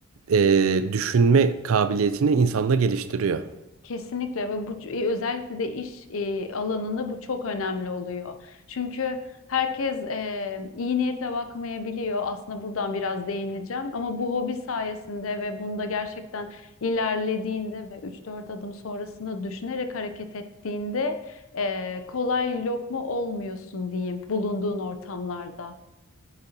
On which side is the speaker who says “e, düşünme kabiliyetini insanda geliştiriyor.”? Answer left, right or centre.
Right